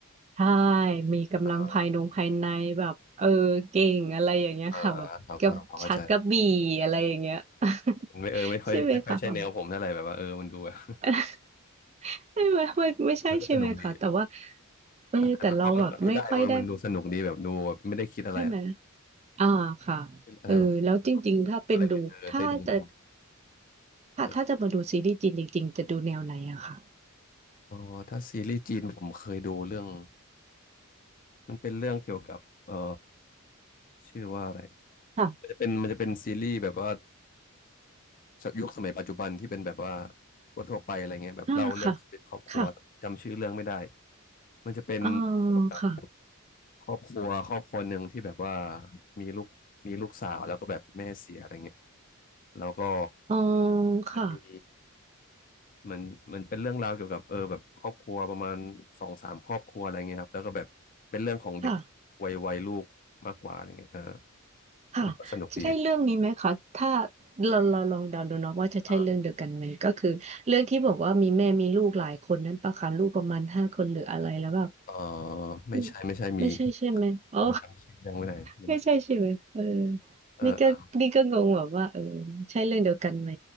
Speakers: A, on the right; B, on the left.
A: ใช่มีกำลังภายนงภายในแบบเออเก่งอะไรอย่างเงี้ยค่ะแบบกับชักกระบี่อะไรอย่างเงี้ย
B: อ่าอ่าอ่าครับอ่าพอเข้าใจ
A: <laughs>
B: มันไม่เออไม่ค่อยไม่ค่อยใช่แนวผมเท่าไหร่แบบว่าเออมันดูแบบ
A: ใช่ไหมคะแบบไม่ไม่ไม่ไม่ใช่ใช่ไหมคะแต่ว่า
B: <laughs> มันก็สนุกดีแต่
A: เออแต่เราแบบไม่ค่อยได้
B: แต่มันพอมันก็ดูได้เว้ยมันดูสนุกดีแบบดูแบบไม่ได้คิดอะไรอะ
A: ใช่ไหม อ่าค่ะ
B: อะไรแบบ
A: เออแล้วจริงๆถ้าเป็นดูถ้าจะ
B: อะไรเงี้ยเออได้ดัง
A: ค่ะถ้าจะมาดูซีรีส์จีนจริงๆจะดูแนวไหนอะค่ะ
B: ๆเอออ๋อถ้าซีรีส์จีนผมเคยดูเรื่องมันเป็นเรื่องเกี่ยวกับเอ่อชื่อว่าอะไร
A: ค่ะ
B: มันจะเป็นมันจะเป็นซีรีส์แบบว่ายุคสมัยปัจจุบันที่เป็นแบบว่าทั่วๆไปอะไรเงี้ยแบบเล่าเรื่องชีวิตครอบครัวจำชื่อเรื่องไม่ได้
A: อ่าค่ะค่ะ
B: มันจะเป็นเกี่ยวกับ
A: อ๋อค่ะ
B: ครอบครัวครอบครัวหนึ่งที่แบบว่ามีลูกมีลูกสาวแล้วก็แบบแม่เสียอะไรเงี้ยแล้วก็
A: อ๋อค่ะ
B: จะมีเหมันเหมันเป็นเรื่องราวเกี่ยวกับเออแบบครอบครัวประมาณสองสามครอบครัวอะไรเงี้ยครับแล้วก็แบบเป็นเรื่องของเด็ก
A: ค่ะ
B: วัยวัยลูกมากกว่าอะไรเงี้ยเออ
A: ค่ะจะใช่เรื่องนี้ไหมคะถ้า
B: มันก็สนุกดี
A: เราเราลองเดาดูเนาะว่าจะใช่เรื่องเดียวกันไหมก็คือเรื่องที่บอกว่ามีแม่มีลูกหลายคนนั้นปะคะลูกประมาณห้าคนหรืออะไรแล้วแบบ
B: อ่าเออไม่ใช่ไม่ใช่มี
A: อืมไม่ใช่ใช่ไหมอ๋อ
B: ผมจำชื่อเรื่องไม่ได้มัน
A: ไม่ใช่ใช่ไหมเออ
B: เออเออ
A: นี่ก็นี่ก็งงแบบว่าเออใช่เรื่องเดียวกันไหม